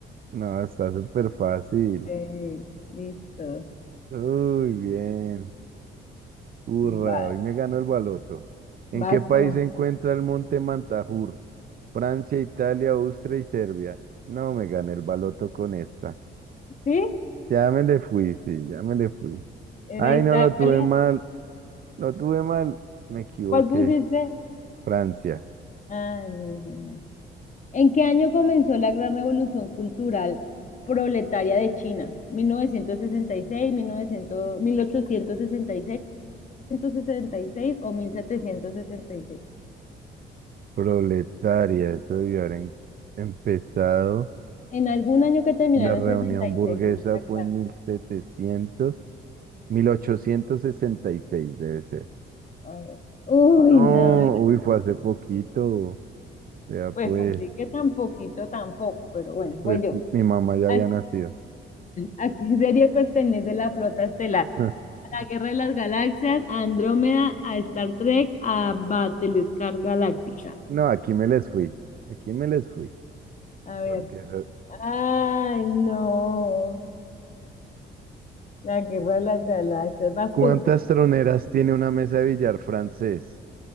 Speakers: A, on the right; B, on the left.
A: No, está súper fácil.
B: Sí, listo.
A: Uy, bien. Hurra,
B: Va,
A: hoy me ganó el baloto. ¿En
B: vas
A: qué país
B: tú.
A: se encuentra el monte Mantajur? Francia, Italia, Austria y Serbia. No me gané el baloto con esta.
B: ¿Sí?
A: Ya me le fui, sí, ya me le fui.
B: ¿Era
A: Ay,
B: Italia?
A: no, lo tuve mal, lo tuve mal. Me equivoqué.
B: ¿Cuál pusiste?
A: Francia,
B: ah no. bueno. ¿En qué año comenzó la gran revolución cultural proletaria de China? ¿mil mil mil novecientos sesenta sesenta y y seis, seis, ochocientos seiscientos sesenta y seis o 1766?
A: proletaria, eso debió haber em- empezado.
B: En algún año que terminaron
A: La reunión
B: en sesenta y
A: burguesa
B: seis está
A: fue
B: claro.
A: en mil setecientos 1866 debe ser.
B: A ver. Uy,
A: No,
B: no,
A: uy, fue hace poquito. Vea,
B: pues
A: pues,
B: así que tan poquito tampoco, pero bueno, voy
A: pues
B: yo.
A: mi mamá ya
B: ¿A,
A: había nacido.
B: a qué serie pertenece la flota estelar?
A: <laughs>
B: ¿A la Guerra de las Galaxias, a Andrómeda, a Star Trek, a Battlestar Galáctica?
A: No, aquí me les fui. Aquí me les fui.
B: A ver,
A: Porque, eh,
B: Ay, no. La guerra de las galaxias. ¿Vas
A: ¿cuántas
B: tú?
A: troneras tiene una mesa de billar francés?